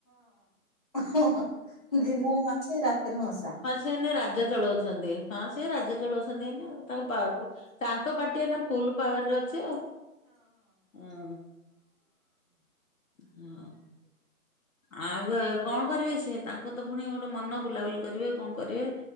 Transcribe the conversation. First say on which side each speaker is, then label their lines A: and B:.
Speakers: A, on the left; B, on the left.
A: ଓ ଦିନରେ ମାଛି ରାତିରେ ମଶା।
B: ସେ ଏଇନେ ରାଜ୍ୟ ଚଳଉଛନ୍ତି ହଁ ସେ ରାଜ୍ୟ ଚଳଉଛନ୍ତି ଏଇନା ତାଙ୍କ ପାୱାର ଫୁଲ୍। ତାଙ୍କ ପାଟି ଆଉ ଫୁଲ୍ ପାୱାରରେ ଅଛି ଆଉ ହଁ। ହଁ। ଆଉ କଣ କରିବେ ସିଏ ତାଙ୍କ ତ ପୁଣି ଗୋଟେ ମନ ବୁଲାବୁଲି କରିବେ କଣ କରିବେ।